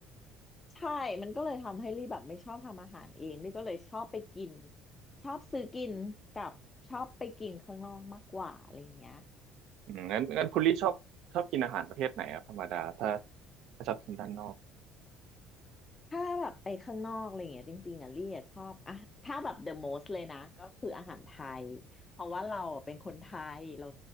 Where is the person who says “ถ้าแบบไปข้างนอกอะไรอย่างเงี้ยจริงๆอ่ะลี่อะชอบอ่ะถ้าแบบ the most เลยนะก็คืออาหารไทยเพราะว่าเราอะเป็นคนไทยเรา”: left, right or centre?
Left